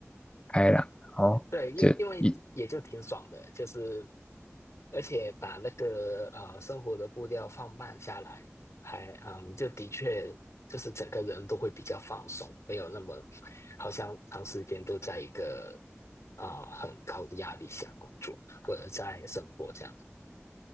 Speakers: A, on the left (about 20°); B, on the left (about 85°).
A: 开朗，哦，
B: 对，因因为也就挺爽的，
A: 就一。
B: 就是而且把那个呃生活的步调放慢下来，还嗯，就的确就是整个人都会比较放松，没有那么好像长时间都在一个啊、呃很高的压力下工作或者在生活这样。